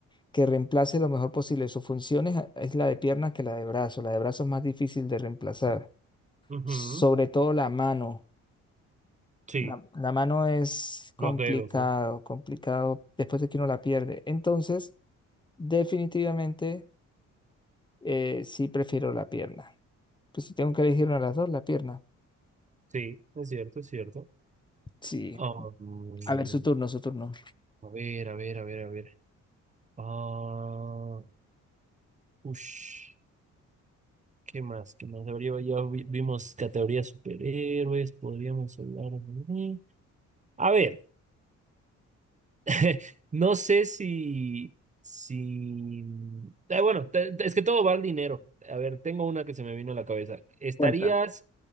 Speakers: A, on the left; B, on the right.
A: que reemplace lo mejor posible sus funciones, a- es la de pierna que la de brazo. La de brazo es más difícil de reemplazar,
B: Ujú,
A: sobre todo la mano.
B: Sí,
A: La, la mano es complicado,
B: los dedos, ¿no?
A: complicado después de que uno la pierde. Entonces, definitivamente... Eh, sí, prefiero la pierna. Pues si tengo que elegir una de las dos, la pierna.
B: Sí, es cierto, es cierto.
A: Sí.
B: Ah, mm,
A: A ver, su turno, su turno.
B: a ver, a ver, a ver, a ver. Ah, ush, ¿qué más? ¿Qué más? Habría- ya vi- vimos categorías superhéroes, podríamos hablar de... A ver. <laughs> No sé si, si, ah, bueno, te- te- es que todo va al dinero. A ver, tengo una que se me vino a la cabeza. ¿Estarías,
A: Cuéntame.